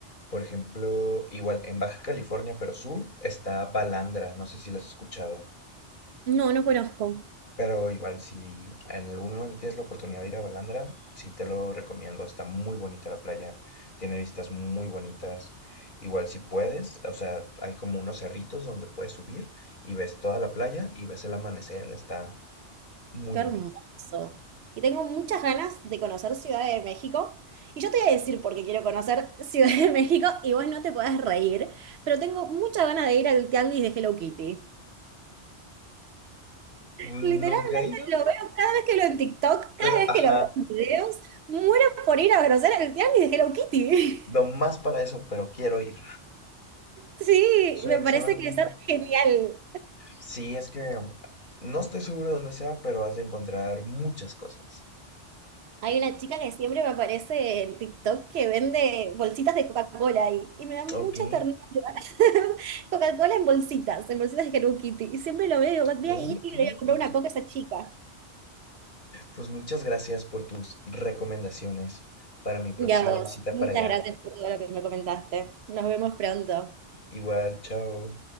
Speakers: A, on the left; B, on the right.
A: Por ejemplo, igual en Baja California, pero sur, está Balandra. No sé si las has escuchado.
B: No, no conozco.
A: Pero igual, si en algún momento tienes la oportunidad de ir a Balandra, sí te lo recomiendo. Está muy bonita la playa, tiene vistas muy bonitas. Igual, si puedes, o sea, hay como unos cerritos donde puedes subir y ves toda la playa y ves el amanecer. Está muy
B: Qué hermoso.
A: bonito.
B: Y tengo muchas ganas de conocer Ciudad de México. Y yo te voy a decir por qué quiero conocer <laughs> Ciudad de México y vos no te podés reír, pero tengo muchas ganas de ir al tianguis de Hello Kitty.
A: Nunca
B: Literalmente
A: he ido,
B: lo veo cada vez que lo en TikTok,
A: pero
B: cada vez
A: ajá,
B: que lo veo en videos, muero por ir a conocer el tianguis de Hello Kitty.
A: no más
B: <laughs>
A: para eso, pero quiero ir.
B: Sí,
A: Suena,
B: me parece
A: suena muy...
B: que es genial.
A: Sí, es que no estoy seguro de dónde sea, pero has de encontrar muchas cosas.
B: Hay una chica que siempre me aparece en TikTok que vende bolsitas de Coca-Cola ahí, y me da mucha
A: Ok,
B: ternura. <laughs> Coca-Cola en bolsitas, en bolsitas de Hello Kitty. Y siempre lo veo, voy
A: ok.
B: a ir y le voy a comprar
A: ¿Y tú?
B: una coca a esa chica.
A: Pues muchas gracias por tus recomendaciones para mi próxima
B: Y a vos,
A: visita para
B: muchas
A: allá.
B: gracias por todo lo que me comentaste. Nos vemos pronto.
A: Igual, chao.